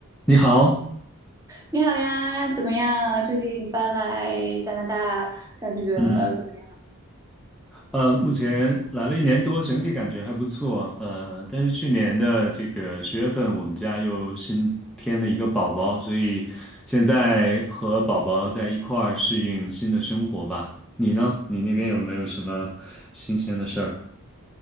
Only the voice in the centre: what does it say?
你好，
嗯，嗯呃，目前来了一年多，整体感觉还不错，呃，但是去年的这个十月份，我们家又新添了一个宝宝，所以现在和宝宝在一块儿适应新的生活吧。你呢？你那边有没有什么新鲜的事儿？